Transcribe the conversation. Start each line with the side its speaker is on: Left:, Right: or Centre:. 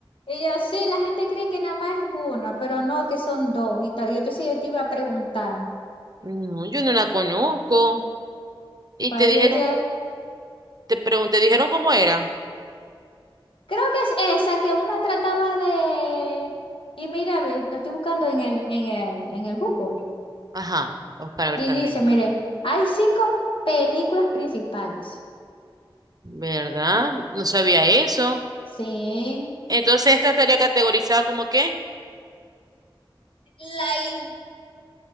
Left: Y yo, sí, la gente cree que nada más es una, pero no, que son dos. Y tal. Y entonces yo te iba a preguntar.
Right: No, yo no la conozco. Y
Left: Ah,
Right: te
Left: yo
Right: dijeron,
Left: diría-
Right: te pregunté, ¿dijeron cómo era?
Left: creo que es esa que una trataba de... Y mira, ve, lo estoy buscando en el, en el, en el Google.
Right: Ajá, o para ver
Left: Y
Right: también.
Left: dice, mire, hay cinco películas principales.
Right: ¿Verdad? No sabía eso.
Left: Sí.
Right: Entonces esta estaría categorizada como qué?
Left: Live.